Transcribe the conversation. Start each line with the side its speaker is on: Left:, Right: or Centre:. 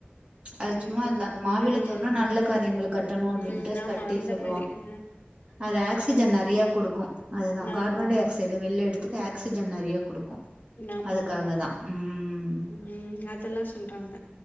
Right: அது சும்மா
Left: ஏதோ
Right: அது அந்த மாவில
Left: ம்
Right: தோரண நல்ல காரியங்களுக்கு கட்டணு அப்டின்ட்டு
Left: ம் ஆமா
Right: கட்டி
Left: அந்த
Right: சொல்லுவாங்
Left: மாரி ஆ
Right: அது ஆக்சிஜன்
Left: கடைசில
Right: நறைய குடுக்கு அதுதா கார்பன்
Left: ஆமா ஆமா
Right: டை ஆக்சைட வெளில எடுத்துட்டு ஆக்சிஜன் நறைய குடுக்கு
Left: ஆமா
Right: அதுக்காகதா,
Left: ஆமா
Right: ம்,
Left: ம் அதெல்லா சொல்றாங்க